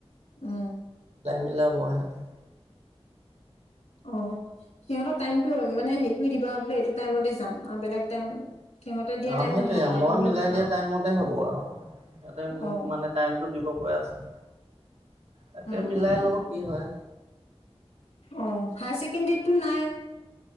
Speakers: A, on the left; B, on the right.
A: উম।
B: ইলা বৰাহঁতে
A: অ সিহঁতৰ টাইমটো মানে হে কৰি দিবা। বোলে এইটো টাইমতে যাম। আৰু বেলেগ টাইম সিহঁতে দিয়া
B: অ
A: টাইম
B: সেইটোৱে।
A: নহ'ব আৰু
B: মই
A: তুমি
B: মিলাই
A: দিবা
B: দিয়া টাইমমতে হ'ব আৰু সিহঁতে মোক
A: অ
B: মানে টাইমটো দিব কৈ আছে। তাকে
A: উম
B: মিলাই
A: উম উম
B: লও কি হয়।
A: অ হায়াৰ ছেকেণ্ডৰীতটো নাই?